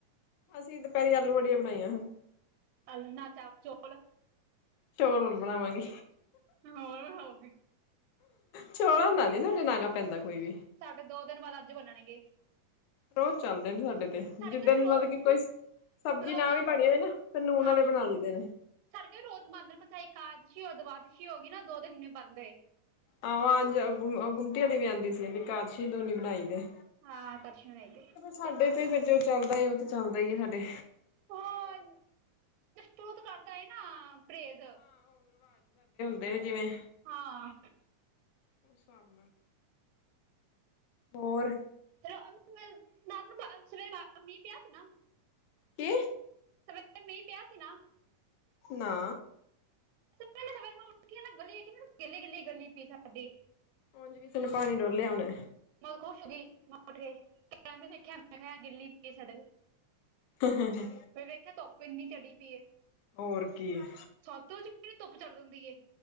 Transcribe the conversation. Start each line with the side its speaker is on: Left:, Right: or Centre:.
Left: ਅਸੀਂ ਦੁਪਹਿਰੀ ਆਲੂ ਵੜੀਆ ਬਣਾਈਆਂ ਸੀ।
Right: ਆਲੂ ਨਾ, ਚਾਪ ਚੁੱਕ ਲੋ।
Left: ਚੋਲ ਹੁਣ ਬਣਾਵਾਂਗੀ।
Right: ਹੋਰ ਹੋਊਗੀ
Left: ਛੋੜੋ ਨਾ, ਨੀ ਨਾਗਾ ਪੈਂਦਾ ਕੋਈ ਵੀ।
Right: ਸਾਡੇ ਦੋ ਦਿਨ ਬਾਅਦ ਅੱਜ ਬਨਣਗੇ।
Left: ਰੋਜ਼ ਚੱਲਦੇ ਨੇ ਸਾਡੇ ਤੇ,
Right: ਸਾਡੇ
Left: ਜਿੱ
Right: ਘਰ
Left: ਦਿਨ
Right: ਵੀ
Left: ਊਨਾਦੀ
Right: ਰੋਜ਼
Left: ਕਿ ਕੋਈ, ਸਬਜ਼ੀ
Right: ਰੋਜ਼
Left: ਨਾ
Right: ਆ
Left: ਵੀ ਬਣੀ ਹੋਵੇ ਨਾ, ਫਿਰ ਨੂਨ
Right: ਹਾਂ
Left: ਨਾਲੇ
Right: ਹਾਂ
Left: ਬਣਾ ਲਈਦੇ ਨੇ।
Right: ਸਾਡੇ ਘਰ ਰੋਜ਼ ਬਨਦੇ, ਇਕ ਏਕਾਦਸ਼ੀ ਹੋ ਦਵਾਦਸ਼ੀ ਹੋ ਗਈ ਨਾ ਦੋ ਦਿਨ ਨੀ ਬਣਦੇ।
Left: ਆਹ ਗੁੰਮਤਿਆਂ ਦੀ ਵੀ ਆਂਦੀ ਸੀ, ਏਕਾਦਸ਼ੀ ਨੂੰ ਨਹੀ ਬਣਾਇਦੇ।
Right: ਹਾਂ, ਦਰਸ਼ਨ ਦੇ
Left: ਸਾਡੇ ਤੇ ਫਿਰ ਜੋ ਚੱਲਦਾ, ਉਹ ਤੇ ਚੱਲਦਾ ਹੀ ਹੈ ਸਾਡੇ।
Right: ਫੋਨ ਤੁ ਤੇ ਕਰਦਾ ਸੀ ਨਾ, ਪਰਹੇਜ਼
Left: ਇਹ ਜਿਵੇਂ
Right: ਹਾਂ,
Left: ਉਸ ਹਿਸਾਬ ਨਾਲ, ਹੋਰ?
Right: ਚਲੋ ਰਾਤ ਨੂੰ, ਸਵੇਰੇ ਮੀਹ ਪਿਆ ਸੀ ਨਾ।
Left: ਕੀ,
Right: ਸਵੇਰੇ ਇਥੇ ਮੀਹ ਪਿਆ ਸੀ ਨਾ,
Left: ਨਾ,
Right: ਪਹਿਲੇ ਸਵੇਰੇ ਮੈਂ ਉੱਠ ਕੇ ਨਾ ਗਲੀ ਦੇਖੀ, ਮੈਂਨੂੰ ਗਿਲੀ ਗਿੱਲੀ, ਗਲੀ ਸੀ ਸਾਡੀ।
Left: ਹੁਣ ਕਿਸੇ ਨੇ ਪਾਣੀ ਡੋਲ੍ਹਿਆ ਹੋਣਾ ਐ
Right: ਮੈਂ ਖੁਸ਼ ਹੋ ਗਈ, ਉੱਠ ਕੇ, ਐ ਨਹੀ ਦੇਖਿਆ ਗਿੱਲੀ ਪਈ ਏ ਸੜਕ।
Left: ਹੂੰ-ਹੂੰ ਹੂ
Right: ਫਿਰ ਵੇਖਿਆ, ਧੁੱਪ ਇੰਨੀ ਚੜੀ ਪਈ ਏ।
Left: ਹੋਰ ਕੀ ਹੈ,
Right: ਸਤਿ ਵਜੇ ਹੀ, ਕਿੰਨੀ ਧੁੱਪ ਚੜ੍ਹ ਜਾਂਦੀ ਏ।